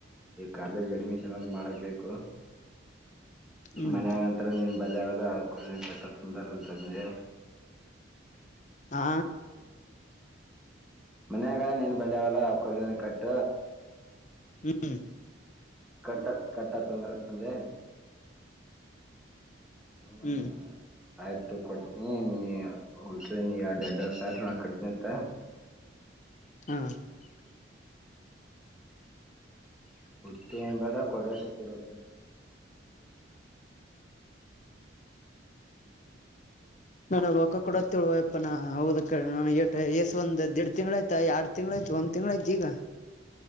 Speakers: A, in the centre; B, on the left (about 40°).
A: ಕಾಲೇಜ್ ಅಡ್ಮಿಷನ್ ಆದ ಮಾಡಕ್ಬೇಕು
B: ಹ್ಮ್
A: ಮನ್ಗಂತರ ನಿನ್ ಬಲಿ ಅವಲ್ಲ ಅವುಕರಲೆ ಕಟ್ಟ ಅಂತ ಅಂದ್ರಾಂತಂದೆ
B: ಹಾ
A: ಮನ್ಯಾಗ ನೀನ್ ಬಲ್ಯಾವಲ್ಲ ಅವ ಕೊರಲ್ನೆ ಕಟ್ಟ
B: ಹ್ಮ್
A: ಕಟ್ಟ ಕಟ್ಟತ ಅಂದರಾಂತಂದೆ ಹ್ಮ
B: ಹ್ಮ್
A: ಆಯ್ತು ಕೊಡ್ತನಿ ನೀ ಉಳ್ಕದನೀ ಎಡ ಎಡ್ಡವರಿ ಸಾವಿರ್ ನಾ ಕಟ್ಟತಿನತ್ತ
B: ಹ್ಮ
A: ಉಳಿದ ಏನ್ಬೇಡ ಕೊಡಷ್ಟೆ ಕೊಡು
B: ನನುವ ರೊಕ ಕೊಡತ ಹೇಳೊಯಪ್ಪನಾ ಹೌದ ಅಕಡಿ ನನಗ ಎಸ್ ಒಂದ ದಿಡ್ ತಿಂಗಳ ಆಯ್ತ ಎರಡ್ ತಿಂಗ್ಳ ಆಯ್ತ ಒಂದ ತಿಂಗ್ಗಳಾಯ್ತ ಈಗ